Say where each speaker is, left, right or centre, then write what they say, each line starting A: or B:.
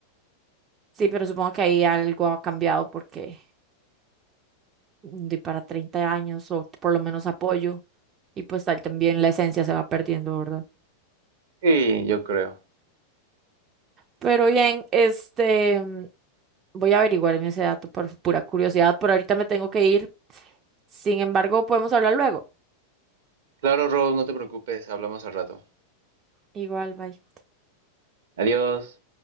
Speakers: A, on the right; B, on the right.
A: Sí, pero supongo que ahí algo ha cambiado porque de para 30 años o por lo menos apoyo y pues tal también la esencia se va perdiendo, ¿verdad?
B: Sí, yo creo.
A: Pero bien, este, mm, voy a averiguarme ese dato por pura curiosidad, por ahorita me tengo que ir. Sin embargo, podemos hablar luego.
B: Claro, Rose, no te preocupes, hablamos al rato.
A: Igual, bye.
B: Adiós.